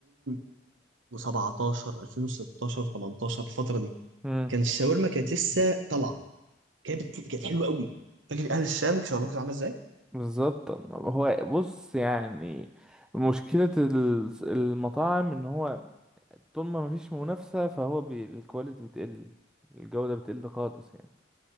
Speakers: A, on the right (about 80°); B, in the centre.
A: 2017 2016 18 الفتره دي
B: امم
A: كان الشاورما كانت لسه طالعه كانت بت- كانت حلوه قوي فاكر اهل الشام شاورما كانت عامله ازاي
B: بالظبط هو بص يعني مشكله ال- المطاعم ان هو طول ما مفيش منافسه فهو بي الكواليتي بتقل الجوده بتقل خالص يعني